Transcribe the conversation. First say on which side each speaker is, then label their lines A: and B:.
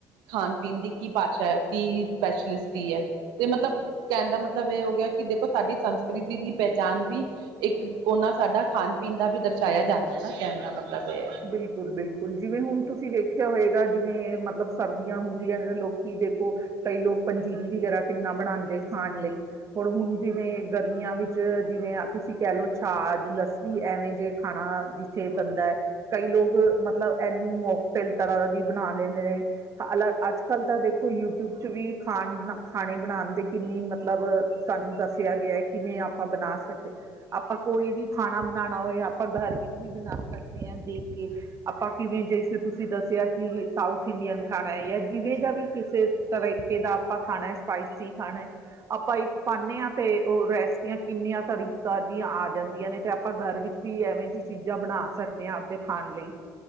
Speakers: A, on the right (about 75°); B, on the right (about 45°).
A: ਖਾਣ-ਪੀਣ ਦੀ ਕੀ ਭਾਸ਼ਾ ਐ, ਕੀ ਸਪੈਸ਼ਲਿਸਟ -ਲਿਟੀ ਆ ਮਤਲਬ ਕਹਿਣ ਦਾ ਮਤਲਬ ਇਹ ਹੋ ਗਿਆ, ਕਿ ਦੇਖੋ ਸਾਡੀ ਸੰਸਕ੍ਰਿਤੀ ਦੀ ਪਹਿਚਾਣ ਵੀ ਇੱਕ ਕੋਨਾ ਸਾਡਾ ਖਾਣ- ਪੀਣ ਦਾ ਵੀ ਦਰਸਾਇਆ ਜਾਂਦਾ ਐ ਨਾ, ਕਹਿਣ ਦਾ ਮਤਲਬ ਐਹ ਐ
B: ਬਿਲਕੁਲ ਬਿਲਕੁਲ ਜਿਵੇਂ ਹੁਣ ਤੁਸੀਂ ਵੇਖਿਆ ਹੋਏਗਾ, ਜਿਵੇਂ ਮਤਲਬ ਸਰਦੀਆਂ ਹੁੰਦੀਆਂ ਲੋਕੀ ਦੇਖੋ ਕਈ ਲੋਕ ਪੰਜੀਰੀ ਵਗ਼ੈਰਾ ਕਿੰਨਾਂ ਬਣਾਂਦੇ ਖਾਣ ਲਈ ਹੋਰ ਹੁਣ ਜਿਵੇਂ ਗਰਮੀਆਂ ਵਿੱਚ ਜਿਵੇਂ ਆ ਤੁਸੀਂ ਕਹਿ ਲਓ ਛਾਛ ਲੱਸੀ ਐਵੇਂ ਜਿਏ ਖਾਣਾ ਜਿੱਥੇ ਬਣਦਾ ਹੈ ਕਈ ਲੋਕ ਮਤਲਬ ਇਹਨੂੰ ਮੋਕ ਟੇਲ ਤਰ੍ਹਾਂ ਵੀ ਬਣਾ ਲੈਂਦੇ ਨੇ। ਅੱਜ ਕੱਲ੍ਹ ਤਾਂ ਦੇਖੋ ਯੂਟਿਊਬ ਚ ਵੀ ਖਾਣ ਖਾਣੇ ਬਣਾਉਣ ਦੇ ਕਿੰਨੀ ਮਤਲਬ ਸਾਨੂੰ ਦੱਸਿਆ ਗਿਆ ਕਿਵੇਂ ਆਪਾਂ ਬਣਾ ਸਕਦੇ ਆਪਾਂ ਕੋਈ ਵੀ ਖਾਣਾ ਬਣਾਉਣਾ ਹੋਏ ਆਪਾਂ ਘਰ ਵਿੱਚ ਵੀ ਬਣਾ ਸਕਦੇ ਹਾਂ ਦੇਖ ਕੇ। ਆਪਾਂ ਕਿਵੇਂ ਜੇੇ ਤੁਸੀਂ ਦੱਸਿਆ ਕਿ ਸਾਊਥ ਇੰਡੀਅਨ ਖਾਣਾ ਹੈ, ਜਾਂ ਜਿਵੇਂ ਜ ਵੀ ਕਿਸੇ ਤਰੀਕੇ ਦਾ ਆਪਾਂ ਖਾਣਾ ਸਪਾਈਸੀ ਖਾਣਾ ਆਪਾਂ ਇੱਕ ਪਾਨੇ ਹਾਂ ਤੇ ਉਹ ਰੈਸਪੀਆਂ ਕਿੰਨੀਆਂ ਤਰੀਕਾਂ ਦੀਆਂ ਆ ਜਾਂਦੀਆਂ ਨੇ ਤੇ ਆਪਾਂ ਘਰ ਵਿੱਚ ਵੀ ਐਵੇਂ ਜਿ ਚੀਜ਼ਾਂ ਬਣਾ ਸਕਦੇ ਹਾਂ, ਆਪਦੇ ਖਾਣ ਲਈ